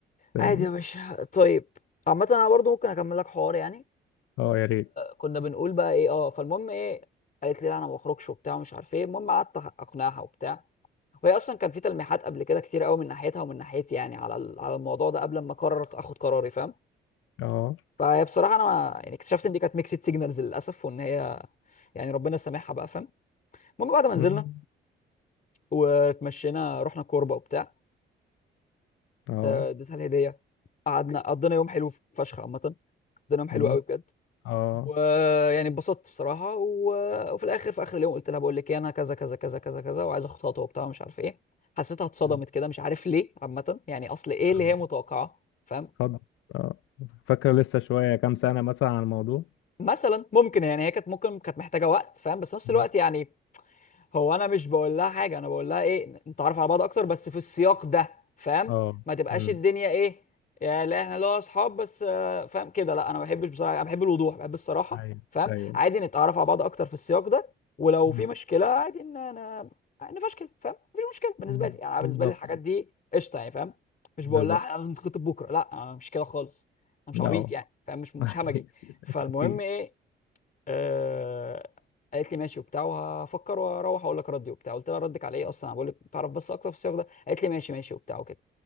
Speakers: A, on the left (about 85°); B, on the left (about 40°).
A: <laughs> فاهمني
B: عادي يا باشا طيب عامة انا برضو ممكن اكمل لك حوار يعني
A: اه يا ريت
B: كنا بنقول بقى ايه اه فالمهم ايه قالت لي لا انا ما بخرجش وبتاع ومش عارف ايه المهم قعدت أخ- اقنعها وبتاع وهي اصلا كان في تلميحات قبل كده كتير قوي من ناحيتها ومن ناحيتي يعني على ال- على الموضوع ده قبل ما قررت اخد قراري فاهم
A: اه
B: فهي بصراحه انا ما يعني اكتشفت ان دي كانت ميكسد سيجنالز للاسف وان هي يعني ربنا سامحها بقى فاهم المهم بعد ما نزلنا
A: مم.
B: واتمشينا رحنا كوربه وبتاع
A: اه
B: آه، اديتها الهديه قعدنا قضينا يوم حلو فشخ عامه قضينا يوم حلو
A: مم.
B: قوي بجد
A: اه
B: ويعني اتبسطت بصراحه و... وفي الاخر في اخر اليوم قلت لها بقول لك ايه انا كذا كذا كذا كذا كذا وعايز اخد خطوه وبتاع مش عارف ايه حسيتها اتصدمت
A: مم.
B: كده مش عارف ليه عامه يعني اصل ايه
A: اه
B: اللي هي متوقعاه فاهم
A: خد آه. فاكرة لسه شوية كام سنة مثلا عن الموضوع
B: مثلا ممكن يعني هي كانت ممكن كانت محتاجه وقت فاهم بس في نفس
A: مم.
B: الوقت يعني هو انا مش بقول لها حاجه انا بقول لها ايه نتعرف على بعض اكتر بس في السياق ده فاهم
A: اه
B: ما تبقاش
A: امم
B: الدنيا ايه يا لا احنا لو اصحاب بس آه، فاهم كده لا انا ما بحبش بصراحه انا بحب الوضوح بحب الصراحه
A: ايوه
B: فاهم
A: ايوه
B: عادي نتعرف على بعض اكتر في السياق ده ولو
A: مم.
B: في مشكله عادي ان انا نفشكل فاهم مفيش مشكله بالنسبه
A: مم.
B: لي يعني أنا
A: بالظبط
B: بالنسبه لي الحاجات دي قشطه يعني فاهم مش
A: بالظبط
B: بقول لها احنا لازم نتخطب بكره لا أنا مش كده خالص انا مش عبيط
A: اه
B: يعني فاهم مش
A: <laughs>
B: مش
A: اكيد
B: همجي فالمهم
A: أكيد.
B: ايه آه قالت لي ماشي وبتاع وهفكر واروح اقول لك ردي وبتاع قلت لها ردك على ايه اصلا انا بقول لك تعرف بس اكتر في السياق ده قالت لي ماشي ماشي وبتاع وكده